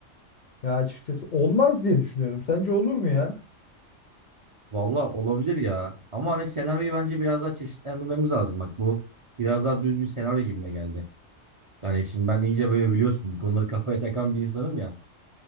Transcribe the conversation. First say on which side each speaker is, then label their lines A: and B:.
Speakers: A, on the left; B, on the right.
A: Ya açıkçası olmaz diye düşünüyorum. Sence olur mu ya?
B: Valla olabilir ya. Ama hani senaryoyu bence biraz daha çeşitlendirmemiz lazım. Bak bu biraz daha düz bir senaryo gibime geldi. Yani şimdi ben iyice böyle biliyorsun bu konuları kafaya takan bir insanım ya.